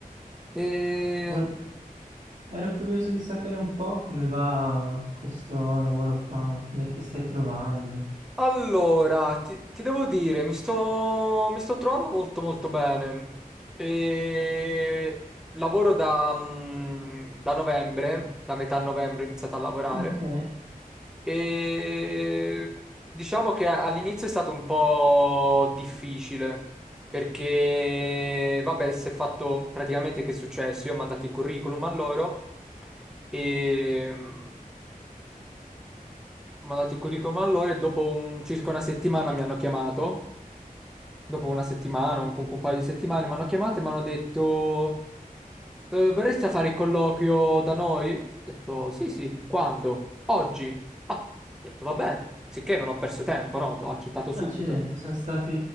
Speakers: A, in the centre; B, on the right.
A: E...
B: vol- ero curioso di sapere un po' come va questo lavoro qua, come ti stai trovando.
A: Allora, ti, ti devo dire, mi sto, mi sto trovando molto molto bene. E... Lavoro da, mm, da novembre, da metà novembre ho iniziato a lavorare.
B: Ok,
A: E diciamo che all'inizio è stato un po' difficile perché, vabbè, si è fatto praticamente che è successo? Io ho mandato il curriculum a loro e mm, ho mandato il curriculum a loro e dopo un- circa una settimana mi hanno chiamato. Dopo una settimana, un, un paio di settimane mi hanno chiamato e mi hanno detto. Eh, vorresti fare il colloquio da noi? Ho detto, sì, sì, quando? Oggi? Ah, ho detto, va bene. Sicché non ho perso tempo, no? Ho accettato subito.
B: accidenti, sono stati